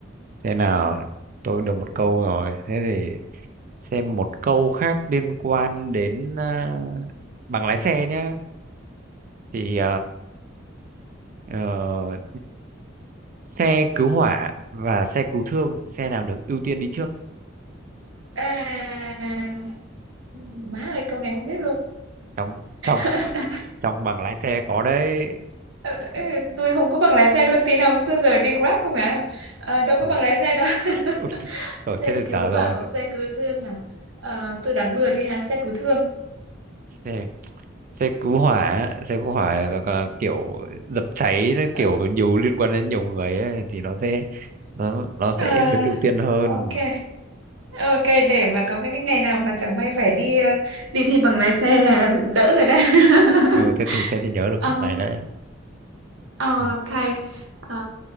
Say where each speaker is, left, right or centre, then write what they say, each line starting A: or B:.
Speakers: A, on the right; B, on the right.
A: thế nào tôi được một câu rồi. Thế thì xem một câu khác liên quan đến à, bằng lái xe nhá. Thì uh, xe cứu hỏa và xe cứu thương xe nào được ưu tiên đi trước
B: à, má ơi câu này không biết luôn
A: trong trong
B: <laughs>
A: trong bằng lái xe có đấy
B: Ừ, tôi không có bằng lái xe luôn tin không xưa giờ đi Grab không à Ờ, đâu có
A: Ui,
B: bằng lái xe đâu <laughs>
A: ôi, chứ- rồi
B: xe
A: thế là dở
B: cứu hỏa
A: rồi
B: cộng xe cứu thương hả Ờ, tôi đoán bừa đi ha xe cứu thương
A: xe xe cứu hỏa xe cứu hỏa là- là kiểu dập cháy nó
B: Ờ,
A: kiểu nhiều liên quan đến nhiều người ấy, thì nó sẽ nó nó sẽ
B: à,
A: được ưu tiên hơn
B: ok ok để mà có cái, cái ngày nào mà chẳng may phải đi ờ, đi thi bằng lái xe là đỡ rồi đấy
A: ừ,
B: <laughs>
A: thế thì thế thì nhớ được
B: Ờ,
A: câu này đấy
B: Ờ,
A: ừ.
B: Ok, ờ,